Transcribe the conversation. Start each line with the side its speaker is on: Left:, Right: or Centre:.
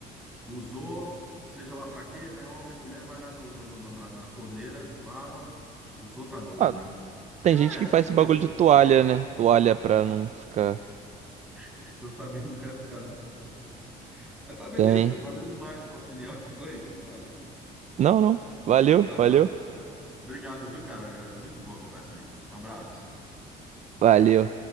Centre: Usou, seja lá para quê, né? Homem, mulher, vai lá no, no- no- na, na torneira, lava, usou, tá novo,
Right: Ah,
Centre: né? É,
Right: Tem gente que
Centre: essas
Right: faz
Centre: coisas,
Right: esse bagulho
Centre: assim.
Right: de toalha, né? Toalha pra não ficar.
Centre: <laughs> Tô sabendo dessa, não. Mas tá beleza,
Right: Tem.
Centre: valeu demais sua opinião. <laughs> Oi, fale.
Right: Não, não. Valeu,
Centre: Ah, tá,
Right: valeu.
Centre: tá. Obrigado, viu, cara? É Muito boa a conversa aí. Um abraço.
Right: Valeu.